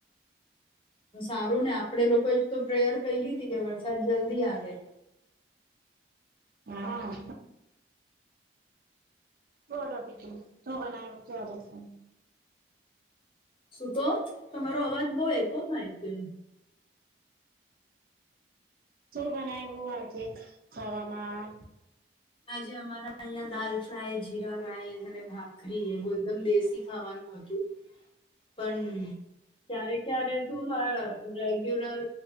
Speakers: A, on the left; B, on the right.
A: સારું ને આપડે લોકોએ જ તો પ્રેયર કયરી તી કે વરસાદ જલ્દી આવે.
B: હા. બોલો બીજું શું બનાયુ છે તમે
A: શું કો? તમારો અવાજ બહુ એકો થાય છે.
B: શું બનાવ્યું આજે ખાવામાં?
A: આજે અમારા અહીંયા દાલફ્રાય, જીરા રાઇસ અને ભાખરી એવું એકદમ દેશી ખાવાનું હતું. <unintelligible> પણ ક્યારે ક્યારે શું થાય રેગ્યુલર